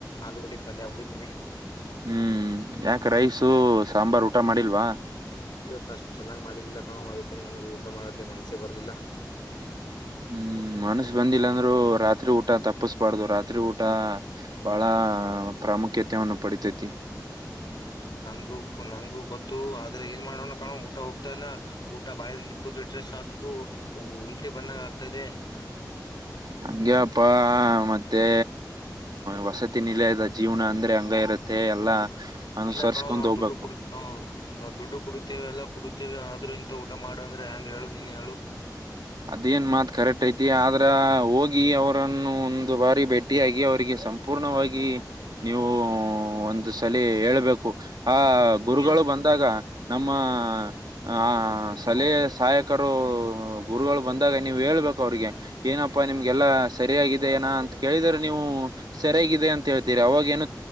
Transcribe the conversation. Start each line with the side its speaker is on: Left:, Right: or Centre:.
Left: ಆಲೂಗಡ್ಡಿ ಪಲ್ಯ ಉಂಡಿದೀನಿ.
Right: ಹ್ಮ್ ಯಾಕ ರೈಸು ಸಾಂಬಾರ್ ಊಟ ಮಾಡಿಲ್ವಾ.
Left: ಇವತ್ತು ಅಷ್ಟು ಚೆನ್ನಾಗಿ ಮಾಡಿದ್ದಿಲ್ಲ ಕಣೋ ಅದಕ್ಕೆ ನನ್ಗೆ ಊಟ ಮಾಡಕ್ಕೆ ಮನಸೇ ಬರಲಿಲ್ಲ.
Right: ಹ್ಮ್ ಮನಸ ಬಂದಿಲ್ಲ ಅಂದ್ರು ರಾತ್ರಿ ಊಟ ತಪ್ಪಸ್ಬಾರ್ದು ರಾತ್ರಿ ಊಟ. ಬಹಳ ಪ್ರಾಮುಖ್ಯತೆಯನ್ನು ಪಡಿತೈತಿ.
Left: ನಂಗು ನಂಗು ಗೊತ್ತು ಆದ್ರೆ ಏನ್ ಮಾಡೋಣ ಕಾಣೋ ಊಟ ಹೋಗ್ತಾ ಇಲ್ಲ. ಊಟ ಬಾಯಲ್ಲಿ ಎರಡು ತುತ್ತು ಇಟ್ರೆ ಸಾಕು ಉಲ್ಕೆ ಬಂದಾಗ ಆಗ್ತಾ ಇದೆ.
Right: ಹಂಗಗೆಪಾ ಮತ್ತೆ ವಸತಿ ನಿಲಯದ ಜೀವನ ಅಂದ್ರೆ ಹಂಗ ಇರತ್ತೆ. ಮತ್ತೆ ಎಲ್ಲಾ ಅನುಸರ್ರಿಸಕೊಂಡ್
Left: ಇಲ್ಲ ಕಣೋ ನಾವು
Right: ಹೋಗ್ಬೇಕು.
Left: ದುಡ್ಡು ಕುಡ್ ನಾವು ನಾವು ದುಡ್ಡು ಕೊಡುತ್ತೇವೆ ಎಲ್ಲಾ ಕುಡುತ್ತೇವೆ ಆದ್ರೂ ಇಂತ ಊಟ ಮಾಡು ಅಂದ್ರೆ ಹೆಂಗ್ ಹೇಳು ನೀನೇ ಹೇಳು.
Right: ಅದೇನ್ ಮಾತ್ ಕರೆಕ್ಟ್ ಐತಿ ಆದ್ರ ಹೋಗಿ ಅವ್ರನ್ನು ಒಂದು ಬಾರಿ ಭೇಟಿಯಾಗಿ ಅವ್ರಿಗೆ ಸಂಪೂರ್ಣ. ಪೂರ್ಣವಾಗಿ ನೀವು ಒಂದು ಸಲ ಹೇಳ್ಬೇಕು ಆ. ಗುರುಗಳು
Left: ಏನ್
Right: ಬಂದಾಗ. ನಮ್ಮ ಆ ಸಲಹೆ ಸಹಾಯಕರು. ಗುರುಗಳು ಬಂದಾಗ ನೀವು್ ಹೇಳ್ಬೇಕು ಅವ್ರಿಗೆ. ಏನಪ್ಪಾ ನಿಮ್ಗೆಲ್ಲಾ ಸರಿಯಾಗಿದೆ ಏನ ಅಂತ ಕೇಳಿದ್ರೇ ನೀವು. ಸರಿಯಾಗಿದೆ ಅಂತ ಹೇಳ್ತೀರಿ ಅವಾಗೇನ.